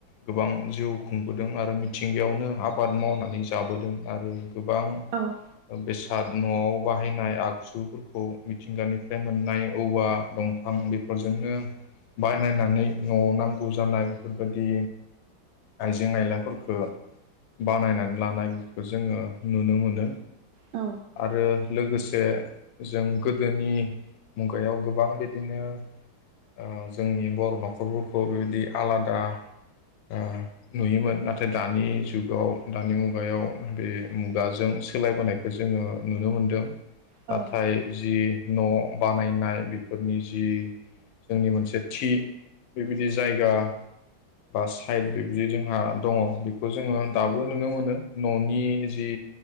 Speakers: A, on the left; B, on the right.
A: गोबां जिउ खुंबोदों आरो मिथिंगायावनो आबाद मावनानै जाबोदों आरो गोबां
B: औ
A: बेसाद न'आव बाहायनाय आगजुफोरखौ मिथिंगानिफ्राय मोननाय औवा दंफां बेफोरजोंनो बानायनानै न'आव नांगौ जानाय बेफोरबायदि आइजें आयलाफोरफोरखो बानायनानै लानायफोरखो जोङो नुनो मोनो।
B: औ
A: आरो लोगोसे <unintelligible> जों गोदोनि मुगायाव गोबां बिदिनो ओ जोंनि बर' न'खरफोरखौ बेबायदि आलादा ओ नुयोमोन। नाथाय दानि जुगाव दानि मुगायाव बे मुगाजों सोलायबोनायखौ जोङो नुनो मोनदों।
B: औ
A: नाथाय जि न' बानायनाय बेफोरनि जि जोंनि मोनसे थि बेबायदि जायगा बा साइद बेबायदि जोंहा दङ बेखौ जोङो दाबो नुनो मोनो न'नि जि